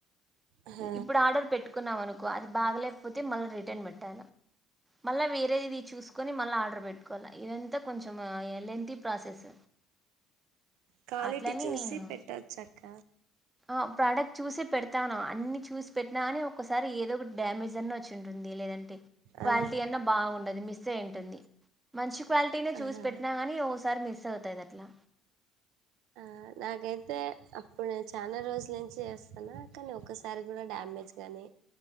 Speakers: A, on the right; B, on the right.
A: ఆ
B: ఇప్పుడు ఆర్డర్ పెట్టుకు పెట్టుకున్నాం అనుకో అది బాగలేకపోతే మళ్ళా రిటర్న్ పెట్టాల మళ్ళా వేరేది చూసుకొని మళ్ళీ ఆర్డర్ పెట్టుకోల్లా ఇదంతా కొంచెం లెంతీ ప్రాసెస్
A: క్వాలిటీ
B: అట్లని
A: చూసి
B: నేను
A: పెట్టాచ్చు అక్క
B: ఆ ప్రోడక్ట్ చూసి పెడతాను అన్ని చూసి పెట్టినా కాని ఒకసారి ఏదో ఒక డ్యామేజ్ అన్న వచ్చు ఉంటుంది లేదంటే క్వాలిటీ
A: ఆ
B: అన్నా బాగుండదు మిస్ అయ్యి ఉంటుంది మంచి క్వాలిటీనే చూసి
A: ఆహా
B: పెట్టినా గానీ ఓసారి మిస్ అవుతాది అట్లా
A: ఆ నాకైతే అప్పుడు నేను చాలా రోజుల నుంచి చేస్తాన్న కానీ ఒసారి కూడా డ్యామేజ్ గాని